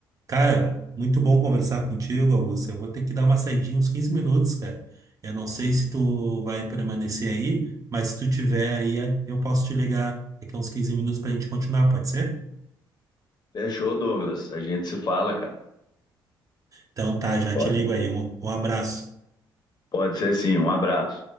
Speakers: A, on the right; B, on the left.
A: Cara, muito bom conversar contigo, Augusto. Eu vou ter que dar uma saidinha uns 15 minutos, cara. Eu não sei se tu vai permanecer aí, mas se tu tiver aí, é, eu posso te ligar daqui a uns 15 minutos pra gente continuar, pode ser?
B: Fechou, Douglas. A gente se fala, cara.
A: Então tá, já
B: Pode,
A: te ligo aí. Um, um abraço.
B: pode ser sim. Um abraço.